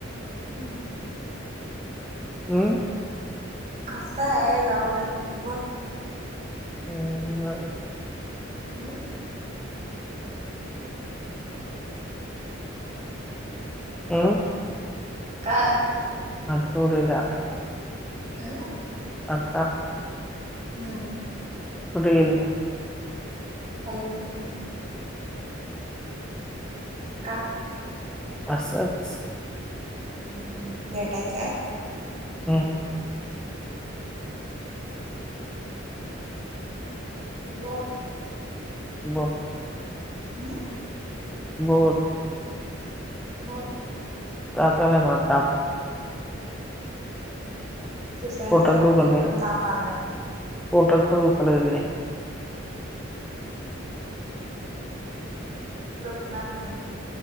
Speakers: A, on the right (about 35°); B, in the centre.
A: हम्म
B: अं
A: कसय जाऊ दे बोल.
B: हम् <unintelligible>
A: अं
B: अं
A: काय?
B: आणि तोळका <unintelligible>
A: अं
B: अक्का
A: हम्म
B: कुठे गेले?
A: हाईत की. का?
B: असंच.
A: ह भेटायचं आहे.
B: ह ह
A: बोल
B: बोल.
A: आह
B: बोल.
A: बोल.
B: काय करायला आता?
A: दुसऱ्यांचा
B: पोटात
A: रक्त
B: दुखले
A: पिऊन ताप आलाय.
B: पोटात पण दुखालगलंय.
A: दुखणार कि